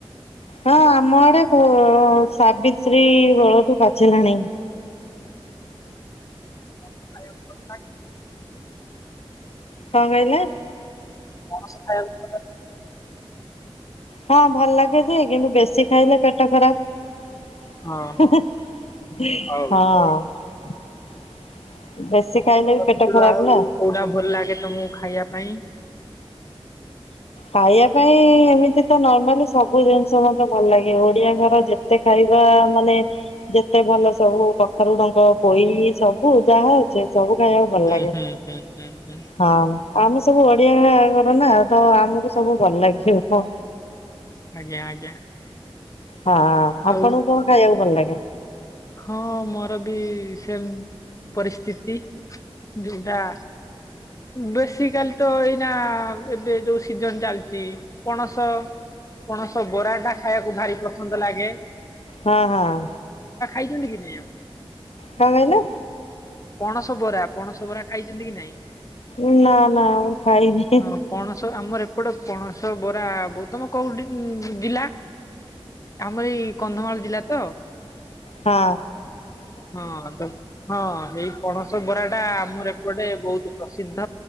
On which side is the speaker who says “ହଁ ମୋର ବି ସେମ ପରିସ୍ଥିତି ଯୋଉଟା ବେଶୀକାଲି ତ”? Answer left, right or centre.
Left